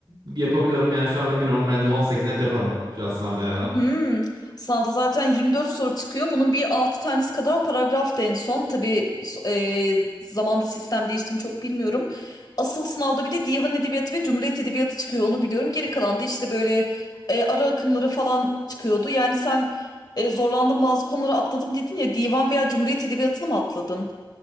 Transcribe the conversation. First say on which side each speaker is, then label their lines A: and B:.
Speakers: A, on the right; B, on the left.
A: yapabiliyorum. Yani şu anda minimum bence 18 net yaparım şu an sınavda yani.
B: Hmm. Sınavda zaten 24 soru çıkıyor. Bunun bir 6 tanesi kadar paragraftı en son. Tabii so- e, zamanla sistem değişti mi çok bilmiyorum. Asıl sınavda bir de divan edebiyatı ve cumhuriyet edebiyatı çıkıyor. Onu biliyorum. Geri kalan da işte böyle e, ara akımları falan çıkıyordu. Yani sen e, zorlandın bazı konuları atladım dedin ya. Divan veya cumhuriyet edebiyatını mı atladın?